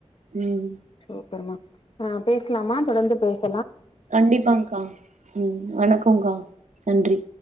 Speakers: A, on the right; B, on the left.
A: ம்
B: சூப்பர்மா ஆ பேசலாமா தொடர்ந்து பேச
A: கண்டிப்பாங்கா ம் வணக்கம் போங்கா நன்றி